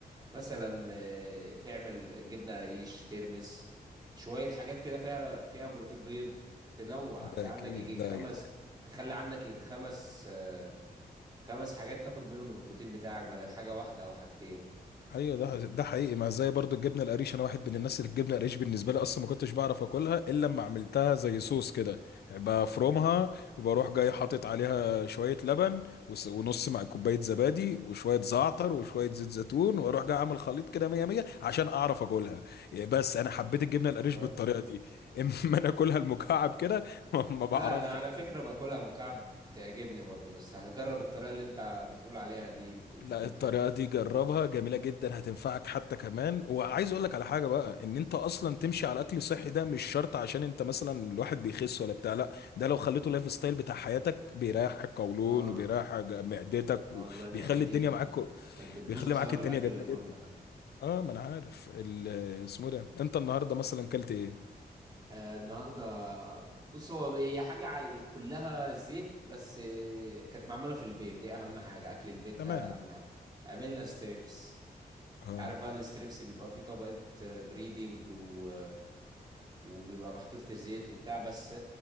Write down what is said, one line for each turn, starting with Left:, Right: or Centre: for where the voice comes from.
Right: مثلا آه، تعمل جبنه رقيش ترمس شويه حاجات كده فيها فيها بروتين بيض تنوع
Left: ده
Right: في عندك
Left: اكيد
Right: يجي
Left: ده
Right: خمس تخلي عندك يجي خمس آه، خمس حاجات تاخد منهم البروتين بتاعك بدل حاجه واحده او حاجتين
Left: ايوه ده ده حقيقي ما زي برضو الجبنه القريش انا واحد من الناس اللي الجبنه القريش بالنسبه لي اصلا ما كنتش بعرف اكلها الا لما عملتها زي صوص كده بفرمها
Right: اه
Left: وبروح جاي حاطط عليها شويه لبن وس- ونص مع كوبايه زبادي وشويه
Right: آه.
Left: زعتر وشويه زيت زيتون واروح جاي عامل خليط كده مية مية عشان اعرف اكلها إيه، بس انا حبيت الجبنه القريش
Right: باي.
Left: بالطريقه دي <laughs> اما انا اكلها المكعب كده <laughs> ما ما
Right: لا
Left: بعرفش
Right: انا على فكرة باكلها مكعب بتعجبني برضو بس هجرب الطريقة اللي انت بتقول عليها دي يمكن
Left: لا
Right: تكون
Left: الطريقة
Right: حلوة
Left: دي جربها جميلة جدا هتنفعك حتى كمان وعايز اقول لك على حاجة بقى ان انت اصلا تمشي على اكل صحي ده مش شرط عشان انت مثلا الواحد بيخس ولا بتاع لا ده لو خليته لايف ستايل بتاع حياتك بيريح القولون
Right: اه
Left: وبيريح ج- معدتك
Right: اه
Left: وبيخلي
Right: والله معدتي
Left: الدنيا معاك
Right: كانت بتبوظ
Left: بيخلي
Right: بسبب
Left: معاك الدنيا
Right: الاكل
Left: جميلة
Right: اللي
Left: جدا
Right: بره ده
Left: اه ما انا عارف ال- اسمه ده انت النهاردة مثلا كلت ايه
Right: آه النهارده بص هو هي حاجه ع- كلها زيت بس آه، كانت معموله في البيت دي اهم حاجه اكل البيت ده
Left: تمام
Right: اهم حاجه عملنا ستريبس
Left: اه
Right: عارف بقى الستريبس بيبقى فيه طبقة بريدنج و... وبيبقى محطوط في زيت وبتاع بس